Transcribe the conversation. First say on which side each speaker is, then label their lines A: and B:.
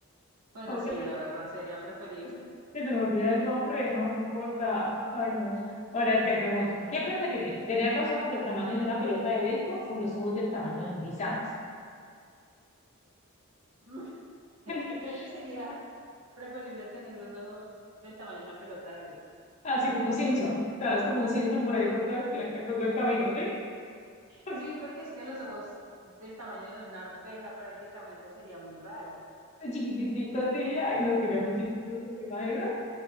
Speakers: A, on the right; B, on the left.
A: Bueno,
B: <laughs>
A: sí, la verdad sería preferible.
B: Se te me olvida el nombre, no, no importa. Ay, no. Ahora te pregunto, ¿qué preferirías? ¿Tener los ojos del tamaño de una pelota de béisbol o los ojos del tamaño de un guisante?
A: <laughs>
B: <laughs>
A: Creo que sería preferible tener los ojos del tamaño de una pelota de hoy.
B: Así como un Simpson.
A: <laughs>
B: ¿Sabes? Como un Simpson por ahí por todo el, pla- por todo el camino, ¿sí? <laughs>
A: Sí, porque es que los ojos del tamaño de una arveja prácticamente sería muy raro.
B: Chiquititito así, ay, no, sería muy chistoso, ¿te imaginas?